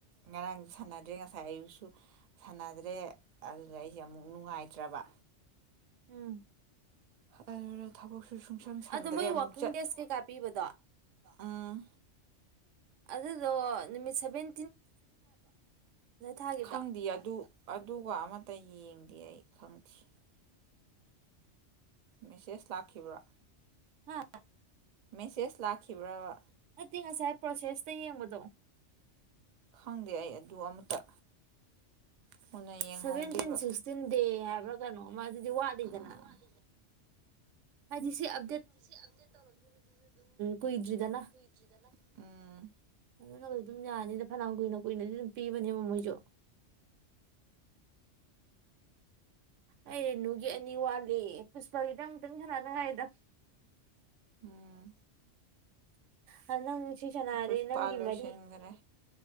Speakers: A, on the right; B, on the right.
A: ꯉꯔꯥꯡꯁꯨ ꯁꯥꯟꯅꯗ꯭ꯔꯦ ꯉꯁꯥꯏ ꯑꯌꯨꯛꯁꯨ ꯁꯥꯟꯅꯗ꯭ꯔꯦ ꯦ ꯑꯗꯨꯗ ꯑꯩꯁꯦ ꯑꯃꯨꯛ ꯅꯨꯡꯉꯥꯏꯇ꯭ꯔꯕ
B: ꯎꯝ
A: ꯑ ꯊꯕꯣ ꯁꯨ ꯁꯨꯡꯁꯪ ꯁꯪꯗ꯭ꯔꯦ
B: ꯑꯗꯣ ꯃꯣꯏ
A: ꯑꯃꯨꯛ
B: ꯋꯥꯛꯀꯤꯡ
A: ꯆꯠꯂ
B: ꯗꯦꯖ ꯀꯩꯀꯥ ꯄꯤꯕꯗꯣ
A: ꯎꯝ
B: ꯑꯗꯨꯗꯣ ꯅꯨꯃꯤꯠ ꯁꯚꯦꯟ ꯊꯥꯈꯤꯕꯗꯣ
A: ꯈꯪꯗꯦ ꯑꯗꯨ ꯑꯗꯨꯒ ꯑꯃꯇ ꯌꯦꯡꯒꯦ ꯗꯤ ꯑꯏ ꯈꯪꯁꯤ ꯃꯦꯁꯦꯁ ꯂꯥꯛꯈꯤꯕ꯭ꯔꯥ
B: ꯍꯥ
A: ꯃꯦꯁꯦꯁ ꯂꯥꯛꯈꯤꯕ꯭ꯔꯕ
B: ꯅꯠꯇꯦ ꯉꯁꯥꯏ ꯄ꯭ꯔꯣꯁꯦꯁꯇ ꯌꯦꯡꯕꯗꯣ
A: ꯈꯪꯗ ꯑꯗꯨ ꯑꯃꯇ ꯃꯨꯟꯅ ꯌꯦꯡꯍꯧꯗꯦꯕ
B: ꯁꯚꯦꯟꯇꯤꯟ ꯁꯤꯛꯁꯇꯤꯟ ꯗꯦ ꯍꯥꯏꯕ꯭ꯔꯥ ꯀꯩꯅꯣꯃ ꯑꯗꯨꯗꯤ ꯋꯥꯠꯂꯤꯗꯅ꯫
A: ꯎꯝ
B: ꯍꯥꯏꯗꯤꯁꯤ ꯑ
A: ꯍꯥꯏꯗꯤ ꯁꯤ ꯑꯞꯗꯦꯠ ꯇꯧꯔꯛꯈꯤꯕꯗꯨꯗ ꯗꯨꯝ
B: ꯀꯨꯏꯗ꯭ꯔꯤꯗꯅ
A: ꯀꯨꯏꯗ꯭ꯔꯤꯗꯅ꯫ ꯎꯝ
B: ꯑꯗꯨꯅ ꯀ ꯑꯗꯨꯝ ꯌꯥꯅꯤꯗ ꯐꯅꯌꯥꯝ ꯀꯨꯏꯅ ꯀꯨꯏꯅꯗꯤ ꯑꯗꯨꯝ ꯄꯤꯕꯅꯦꯕ ꯃꯣꯏꯁꯨ꯫ ꯑꯩ ꯔꯦꯅꯨꯒꯤ ꯑꯅꯤ ꯋꯥꯠꯂꯤ ꯄꯨꯁꯄꯥꯒꯤꯗ ꯑꯃꯨꯛꯇꯪ ꯁꯥꯟꯅꯅꯉꯥꯏꯗ꯫
A: ꯎꯝ
B: ꯍ ꯅꯪ ꯁꯤ ꯁꯅꯥꯗꯤ
A: ꯄꯨꯁꯄꯥ
B: ꯅꯪꯒꯤ
A: ꯂꯣꯏꯁꯤꯟꯈ꯭ꯔꯦ
B: ꯃꯔꯤ꯫